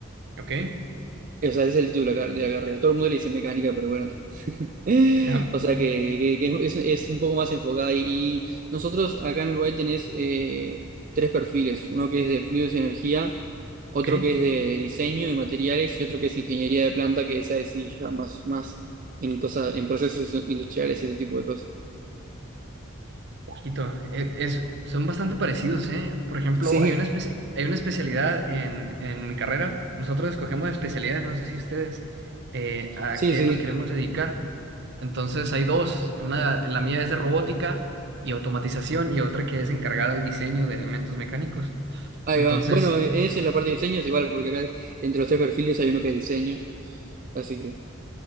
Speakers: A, on the right; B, on the right.
A: ¿Ok? <laughs>
B: O sea, ese es el título de la car- de la carrera. Todo el mundo le dice mecánica, pero bueno. <laughs>
A: Ah,
B: O sea, que, que- que es, es un poco más enfocada. Y, y nosotros acá en Uruguay tenés eh, tres perfiles. Uno que es de fluidos y energía, otro
A: ¿Ok?
B: que es de diseño y materiales y otro que es ingeniería de planta, que esa es sí, ya más, más en cosas, en procesos industriales y ese tipo de cosas.
A: Quito, eh, es, son bastante parecidos, ¿eh? Por ejemplo,
B: Sí.
A: hay una especie, hay una especialidad en, en mi carrera. Nosotros escogemos especialidades, no sé si ustedes, eh, a
B: Sí,
A: qué
B: sí.
A: nos queremos dedicar. Entonces hay dos, una, la mía es de robótica y automatización y otra que es encargada del diseño de elementos mecánicos.
B: Ahí
A: Entonces,
B: va. Bueno, eh, esa es la parte de diseño, es igual, porque acá entre los tres perfiles hay uno que es diseño, así que.